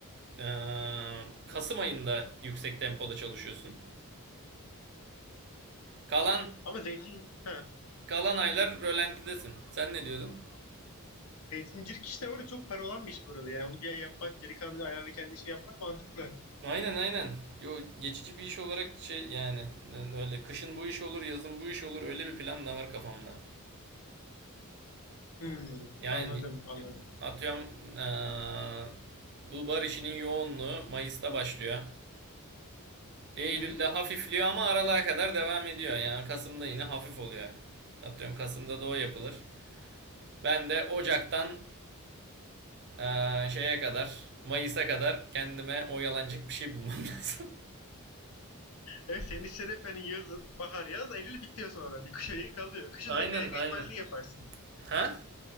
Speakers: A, on the right; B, on the left.
A: eee, Kasım ayında yüksek tempoda çalışıyorsun. Kalan
B: ama zeytin ha.
A: kalan aylar rölantidesin. Sen ne diyordun?
B: Zeytincilik işte öyle çok para olan bir iş bu arada. Yani onu bir ay yapmak, geri kalan ayarını kendi işini yapmak mantıklı.
A: Aynen aynen. Yo, geçici bir iş olarak şey yani yani öyle kışın bu iş olur, yazın bu iş olur öyle bir plan da var kafamda.
B: Hmm,
A: Yani
B: anladım, anladım.
A: atıyorum eee, bu bar işinin yoğunluğu Mayıs'ta başlıyor. Eylül'de
B: Hı-hı.
A: hafifliyor ama aralığa kadar devam ediyor. Yani Kasım'da yine hafif oluyor. Atıyorum Kasım'da da o yapılır. Ben de Ocak'tan eee, şeye kadar Mayıs'a kadar kendime oyalanacak bir şey bulmam <laughs> lazım.
B: Evet senin işler hep hani yazın, bahar yaz, Eylül bitiyor sonra. Bir kış ayı kalıyor. Kışın
A: Aynen
B: da kayak
A: aynen.
B: eğitmenliği yaparsın.
A: Ha?